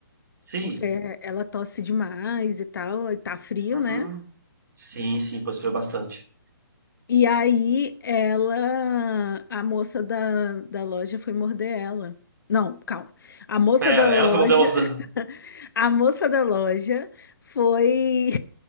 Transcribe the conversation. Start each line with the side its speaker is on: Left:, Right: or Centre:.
Right: sim.
Left: porque ela tosse demais e tal, e tá frio,
Right: Uhum.
Left: né?
Right: Sim, sim, pois foi bastante.
Left: E aí ela, a moça da, da loja foi morder ela. Não, calma. A moça
Right: Pera,
Left: da loja,
Right: ela foi morder a moça
Left: <laughs>
Right: da...
Left: a moça da loja foi